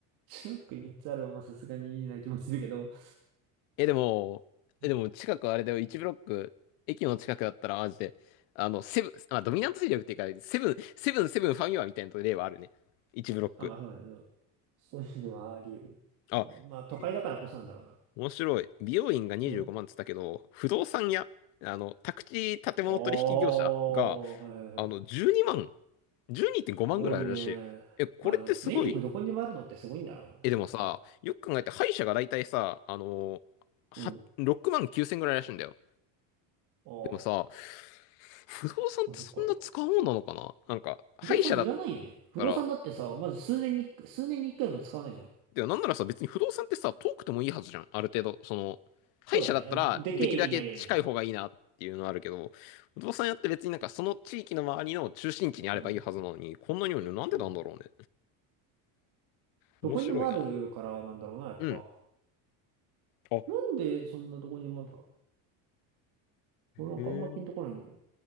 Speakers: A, on the right; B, on the left.
A: ショック3つあるはまあさすがにいいな気もするけど。
B: え、でも、え、
A: うん
B: でも近くあれだよ、1ブロック、駅の近くだったら、マジで、あの、セブン、あ、ドミナント戦略っていうか、セブン、セブン、セブンファミマみたいな例はあるね。1ブロック。
A: あ、まあそうね。そうそういうのはあり得る。
B: あ、
A: うんまあ都会だからこそなんだろうな。
B: へえ面白い。美容院が25万っつったけど、
A: うん
B: 不動産屋、あの、宅地建物取引業者が、
A: ああー、はいはいはい
B: あの、12万、12.5万ぐらいあるらしい。
A: 多いね。
B: え、これってすごい。
A: まあでも全国どこにでもあるのってすごいんだな。
B: え、でもさ、
A: やっぱ。
B: よく考えて歯医者が大体さ、あのは、
A: うん。
B: 6万9千ぐらいらしいんだよ。
A: あ
B: でもさ、不動産ってそんな使うもんなのかななんか、
A: あ、あ、そっか。
B: 歯医者だっ
A: 不動産いらないよね。不動産だってさ、
B: たら、
A: まず数年に、数年に一回も使わないじゃん。
B: でもなんならさ、別に不動産ってさ、遠くてもいいはずじゃん。ある程度、その、歯医者だったら、
A: そうだね。あでけえ駅にありゃいいよね
B: できるだけ近い方がいいなっていうのはあるけど、不動産屋って別になんかその地域の周りの中心地にあればいいはずなのに、
A: うん。
B: こんなにもねなんでなんだろうね。
A: うん。
B: 面白いな。
A: どこにでもあるからなんだろうな、やっぱ。
B: うん。あ、へ
A: なんでそんなどこにでもあるんだ俺なんかあんまピンとこないんだけど。
B: え。